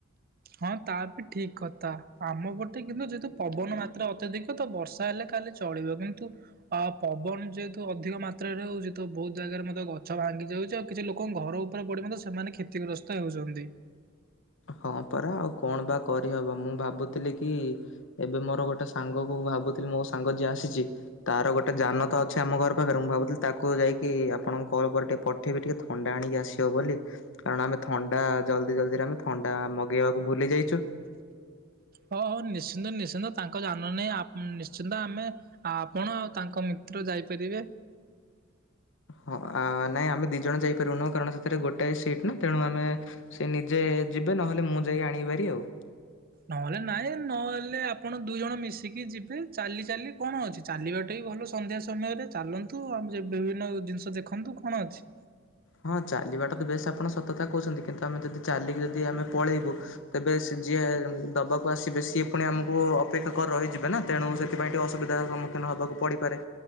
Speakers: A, on the right; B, on the left.
A: ହଁ ତା ବି ଠିକ କଥା ଆମ ଗୋଟେ କିନ୍ତୁ ଯେହେତୁ ପବନ ମାତ୍ର ଅତ୍ୟଧିକ ତ ବର୍ଷା ହେଲେ କାଲି ଚଳିବ କିନ୍ତୁ ଅ ପବନ ଯେହେତୁ ଅଧିକ ମାତ୍ରାରେ ହଉଛି ତ ବହୁତ ଜାଗାରେ ମଧ୍ୟ ଗଛ ଭାଙ୍ଗି ଯାଉଛି ଆଉ କିଛି ଲୋକଙ୍କ ଘର ଉପରେ ପଡି ମଧ୍ୟ ସେମାନେ କ୍ଷତିଗ୍ରସ୍ତ ହେଉଛନ୍ତି।
B: ହଁ ପରା ଆଉ କଣ ବା କରିହବ ମୁଁ ଭାବୁଥିଲି କି ଏବେ ମୋର ଗୋଟେ ସାଙ୍ଗକୁ ଭାବୁଥିଲି ମୋ ସାଙ୍ଗ ଯିଏ ଆସିଛି ତାର ଗୋଟେ ଯାନ ତ ଅଛି ଆମ ଘର ପାଖରେ ମୁଁ ଭାବୁଥିଲି ତାକୁ ଯାଇକି ଆପଣଙ୍କ କଲ ପରେ ଟିକେ ପଠେଇବି ଟିକେ ଥଣ୍ଡା ଆଣିକି ଆସିବ ବୋଲି କାରଣ ଆମେ ଥଣ୍ଡା ଜଲଦି ଜଲ୍ଦିରେ ଆମେ ଥଣ୍ଡା ମଗେଇବାକୁ ଭୁଲି ଯାଇଛୁ
A: ହଁ ହଉ ନିଶ୍ଚିନ୍ତ ନିଶ୍ଚିନ୍ତ ତାଙ୍କ ଜାନ ନାହିଁ ନିଶ୍ଚିନ୍ତ ଆମେ ଆପଣ ଆଉ ତାଙ୍କ ମିତ୍ର ଯାଇପାରିବେ
B: ହଁ ନାଇଁ ଆମେ ଦି ଜଣ ଯାଇପାରୁନହୁ କାରଣ ସେଥିରେ ଗୋଟାଏ ସିଟ୍ ନା ତେଣୁ ଆମେ ସେ ନିଜେ ଯିବେ ନହେଲେ ମୁଁ ଯାଇ ଆଣପାରି ଆଉ
A: ନହେଲେ ନାଇଁ ନହେଲେ ଆପଣ ଦୁଇ ଜଣ ମିଶିକି ଯିବେ ଚାଲି ଚାଲି କଣ ଅଛି ଚାଲିବାଟା ବି ଭଲ ସନ୍ଧ୍ୟା ସମୟରେ ଚାଲନ୍ତୁ ଆଉ ବିଭିନ୍ନ ଜିନିଷ ଦେଖନ୍ତୁ କଣ ଅଛି
B: ହଁ ଚାଲିବାଟା ତ ବେଶ ଆପଣ ସତଥା କହୁଛନ୍ତି କିନ୍ତୁ ଆମେ ଯଦି ଚାଲିକି ଯଦି ଆମେ ପଳେଇବୁ ତେବେ ଯିଏ ଦବାକୁ ଆସିବେ ସିଏ ପୁଣି ଆମକୁ ଅପେକ୍ଷା କରି ରହିଯିବେ ନା ତେଣୁ ସେଥିପାଇଁ ଟିକେ ଅସୁବିଧାର ସମ୍ମୁଖୀନ ହବାକୁ ପଡିପାରେ